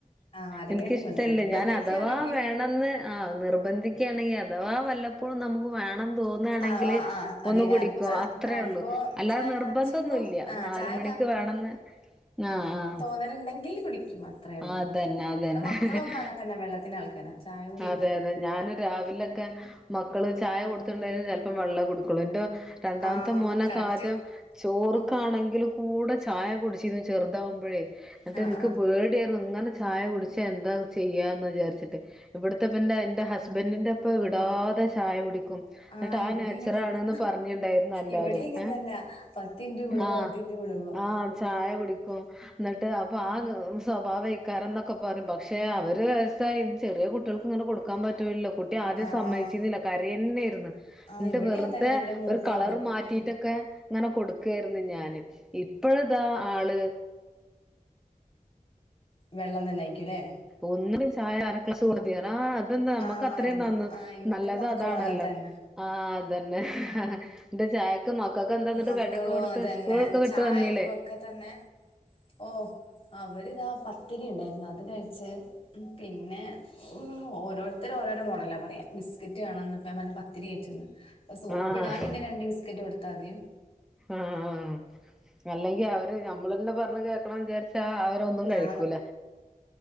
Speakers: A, on the left; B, in the centre.
A: ആഹ് ആരെങ്കിലൊക്കെ
B: എനിക്കിഷ്ടല്ല,
A: നിർബന്ധിക്കാണെങ്കില്
B: ഞാന ഥവാ വേണംന്ന് ആഹ് നിർബന്ധിക്കയാണെങ്കി, അഥവാ വല്ലപ്പോഴും നമുക്ക് വേണം തോന്നാണെങ്കില്
A: ആഹ് ആഹ് ആഹ് അതന്നെ
B: ഒന്ന് കുടിക്കും.
A: ആർക്കോ കാ
B: അ ത്രേള്ളു.
A: ആർക്കോ
B: അല്ലാതെ
A: ചായ
B: നിർബന്ധൊന്നുല്ല്യ
A: കാച്ചുമ്പോ ആഹ്
B: നാലുമണിക്ക്
A: ചായ
B: വേണംന്ന് ആഹ് ആഹ്
A: അങ്ങനണ്ടെങ്കിൽ കുടിക്കും, അത്രേ ഉള്ളു.
B: അതന്നെ അതന്നെ
A: ഇവടെ മക്കളൊക്കെ അങ്ങൻതന്നെ വെള്ളത്തിന്റെ ആൾക്കാരാ ചായ കുടി
B: അതെ
A: ഇല്ല
B: അതെ ഞാന് രാവിലൊക്കെ മക്കള് ചായ കൊടുത്തിട്ട്ണ്ടേല്, ചെൽപ്പൊ വെള്ളാ കുടിക്കൊള്ളു. ഇൻ്റെ രണ്ടാമത്തെ
A: ആഹ്
B: മോനൊക്കെ
A: കറക്റ്റ്
B: ആദ്യം ചോറ്ക്കാണെങ്കില്
A: ഉം
B: കൂടെ ചായ കുടിച്ചിന്ന് ചെറുതാവുമ്പഴേ ന്ന്ട്ട്
A: ആഹ്
B: ഇൻക്ക്
A: ആഹ്
B: പേടിയായ്ര്ന്നു, ഇങ്ങനെ ചായ കുടിച്ചാ എന്താ ചെയ്യാന്ന് വിചാര്ച്ചിട്ടെ ഇബട്ത്തെ പിന്നെ എന്റെ ഹസ്ബൻ്റിന്റെ ഇപ്പ വിടാതെ ചായ കുടിക്കും.
A: ആഹ്
B: ന്ന്ട്ടാ
A: ഇവിടെയും
B: നേച്ചറാണ്ന്ന്
A: ഇങ്ങനെ തന്നെ
B: പറഞ്ഞിണ്ടായിരുന്നു എല്ലാരും.
A: ഇവിടെയും ഇങ്ങനെ
B: ഏഹ്
A: തന്നാ പത്തിൻറ്റു കൂടുമ്പോ
B: ആഹ്
A: പത്തിൻറ്റു കൂടുമ്പോ
B: ആഹ് ചായ കുടിക്കും ന്ന്ട്ട് അപ്പൊ ആ സ്വഭാവെയ്ക്കാരംന്നൊക്കെ പറിം പക്ഷേ, അവര് വയസ്സായി ചെറിയ കുട്ട് ട്ട്യൾക്ക്ങ്ങനെ കൊടുക്കാൻ പറ്റൂലല്ലൊ, കുട്ടി ആദ്യം
A: ആഹ്
B: സമ്മയ്ച്ചീന്നില്ല
A: ആഹ്
B: കരയെന്നേയ് ര്ന്ന്
A: ആഹ്
B: ൻട്ട്
A: ഇവിടെയും
B: വെർതെ
A: അങ്ങനെ തന്നെ എന്റെ മൂത്ത
B: ഒരു കളറ്
A: ആള്
B: മാറ്റീട്ടൊക്കെ
A: ഉം
B: ഇങ്ങനെ കൊടുക്കായിര്ന്നു ഞാന്. ഇപ്പഴതാ ആള്
A: വെള്ളം തന്നായ്ക്കുലേ?
B: ഒന്നിനും ചായ അര ക്ലാസ് <unintelligible> ആഹ് അതെന്താ നമ്മക്ക്
A: ആഹ്
B: അത്രേം നന്ന്.
A: ആഹ് എന്റെ
B: നല്ലത്
A: മക്കളും
B: അതാണല്ലോ
A: അങ്ങനെ തന്നെ
B: ആഹ് അതന്നെ. <unintelligible> ചായ <unintelligible> മക്കക്കെന്താ ന്ന്ട്ട്
A: മക്കളും
B: കട്യൊക്കെ കൊടുത്തത്,
A: അങ്ങനെ തന്നെ
B: സ്കൂളൊക്കെ വിട്ട്
A: ചായക്കും
B: വന്നീലേ?
A: ഒക്കെ തന്നെ ഓഹ്, അവര്താ പത്തിരി ഇണ്ടായിര്ന്നു, അത് കഴിച്ച് പിന്നെ, ഓരോര്ത്തര് ഓരോരോ മോഡലാ പറയ. ബിസ്ക്കറ്റ് വേണംന്ന് പ്പ ഞാൻ പർഞ്ഞ് പ ത്തിരിയേറ്റ്ന്ന്. അപ്പൊ സോപ്പ്
B: ആഹ്
A: ടാൻ പിന്നെ രണ്ട് ബിസ്ക്കറ്റ് കൊടുത്താദ്യം
B: ആഹ് ആഹ് ആഹ് അല്ലെങ്കി അവര് ഞമ്മളെന്നെ പറഞ്ഞ് കേക്കണം വിചാര്ച്ച് ട്ടാ അവരൊന്നും കഴിക്കൂല.
A: ആ